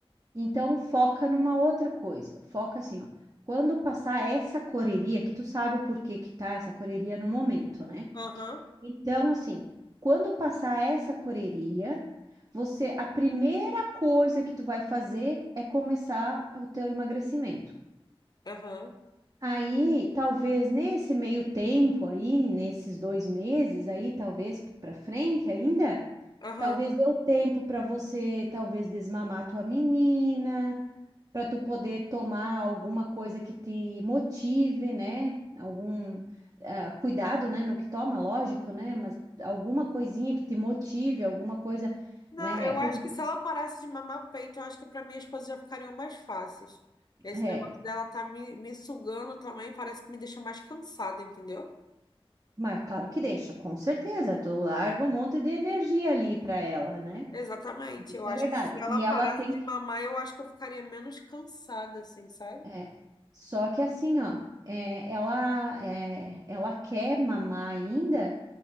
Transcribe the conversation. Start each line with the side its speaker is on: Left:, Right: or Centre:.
Right: Então foca numa outra coisa, foca assim, ó. Quando passar essa correria, que tu sabe o porquê que tá essa correria no momento, né?
Left: Aham,
Right: Então, assim, quando passar essa correria, você, a primeira coisa que tu vai fazer é começar o teu emagrecimento.
Left: aham,
Right: Aí, talvez nesse meio tempo aí, nesses dois meses aí, talvez para frente ainda,
Left: aham.
Right: talvez dê o tempo para você, talvez desmamar tua menina, para tu poder tomar alguma coisa que te motive, né? Algum ah, cuidado, né, no que toma, lógico, né? Mas alguma coisinha que te motive, alguma coisa,
Left: Não,
Right: né?
Left: eu
Right: Porque
Left: acho que se ela parasse de mamar peito, eu acho que pra mim as coisas já ficariam mais fáceis. Esse
Right: é,
Left: negócio dela tá me, me sugando também, parece que me deixa mais cansada, entendeu?
Right: mas claro que deixa, com certeza. Tu larga um monte de energia ali para ela, né?
Left: Exatamente.
Right: Isso
Left: Eu
Right: é
Left: acho
Right: verdade.
Left: que se ela
Right: E
Left: parasse
Right: ela tem
Left: de
Right: que
Left: mamar, eu acho que eu ficaria menos cansada, assim, sabe?
Right: é, só que assim, ó, é, ela é, ela quer mamar ainda.